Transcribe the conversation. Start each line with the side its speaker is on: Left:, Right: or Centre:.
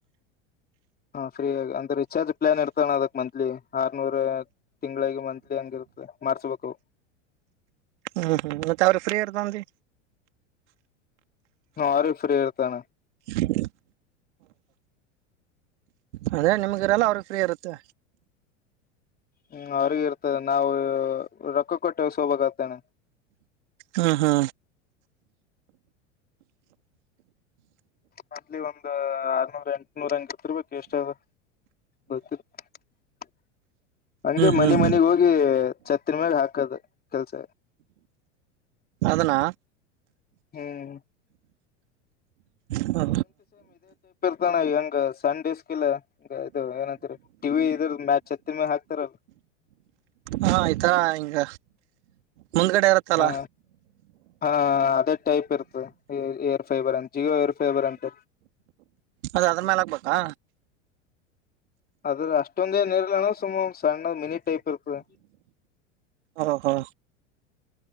Left: ಹಾ ಫ್ರೀಯಗ ಅಂದ್ರ ರೀಚಾರ್ಜ್ ಪ್ಲಾನ್ ಇರ್ತಾನಣ ಅದಕ್ ಮಂತ್ಲಿ ಆರ್ನೂರ್ ತಿಂಗಳಿಗೆ ಮಂತ್ಲಿ ಹೆಂಗಿರುತ್ತದೆ ಮಾರ್ಸ್ಬೇಕು
Right: ಹ್ಮ್ ಹ್ಮ್ ಮತ್ತೆ ಅವ್ರ ಫ್ರೀ ಅಂದ್ರಿ
Left: ನ ಆರು ಫ್ರೀ ಇರ್ತಾನ
Right: ಹ್ಮ <unintelligible> ಅಂದ್ರೆ ನಿಮ್ಗ ಇರಲ್ಲ ಅವ್ರಗ್ ಫ್ರೀ ಇರುತ್ತೆ
Left: ಹ್ಮ್ ಅವ್ರಗ ಇರ್ತದೆ ನಾವು ರೊಕ್ಕ ಕೊಟ್ಟೆ ಸ ಹಬಕ್ತೇನೆ
Right: ಹಾ ಹಾ
Left: ಮಂತ್ಲಿ ಒಂದ್ ಆರ್ನೂರ ಎಂಟುನೂರ ಅಂತಕತಿರ್ಬೇಕು ಎಷ್ಟ ಅದು ಮತ್ತ <unintelligible> ಹಂಗಗೆ
Right: ಹ್ಮ್ ಹ್ಮ್
Left: ಮನಿ ಮನಿಗಿ ಹೋಗಿ ಚತ್ತಿನ ಮ್ಯಾಗ ಹಾಕದು ಕೆಲ್ಸ
Right: ಅದನ್ನ
Left: ಹ್ಮ್
Right: ಹ ಹಾ
Left: ತಾನ ಎಂಗ ಸಂಡೇಸ್ <unintelligible> ಹಾಕಿಲ್ಲ ಇದು ಏನಂತರ ಟಿವಿ ಇದ್ರದು ಚತ್ತಿನ ಮ್ಯಾಲ ಹಾಕ್ತಾರಲ್ಲ
Right: ಹಾ ಆಯ್ತಾ ಹಿಂಗ ಮುಂದ್ಗಡೆ ಇರುತ್ತಲ್ಲ
Left: ಹಾ ಹಾ ಅದೇ ಟೈಪ್ ಇರ್ತದೆ ಏರ್ ಫೇಬರ್ ಅಂತ ಜಿಯೋ ಏರ್ ಫೇಬರ್ ಅಂತ
Right: ಅದ ಅದ್ರ ಮೇಲೆ ಹಾಕ್ಬೇಕಾ
Left: ಅದ್ರ ಅಷ್ಟೊಂದ ಏ ನೀರ್ಲ್ಲಣ ಸುಮ್ ಒಂದ ಸಣ್ಣ ಮಿನಿ ಟೈಪ್ ಇರ್ತ
Right: ಓಹೋ